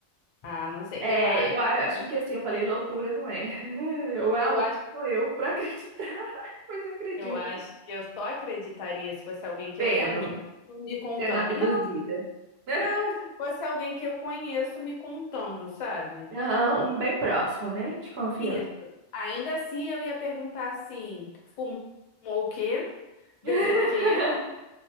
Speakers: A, on the left; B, on the right.
A: Ah, não sei.
B: É,
A: Eu acho,
B: eu a- acho
A: eu,
B: que assim, eu falei, loucura não é. <laughs> Ou é
A: eu
B: a louca,
A: acho,
B: sou eu, por acreditar, <laughs> mas eu acredito.
A: eu acho que eu só acreditaria se fosse alguém que
B: Pena.
A: eu conheço me contando.
B: Sendo abduzida.
A: Não,
B: <laughs>
A: não, se fosse alguém que eu conheço me contando, sabe?
B: Aham, um bem próximo, né? De confiança.
A: Isso. Ainda assim, eu ia perguntar assim: fumou o quê? Bebeu
B: <laughs>
A: o quê?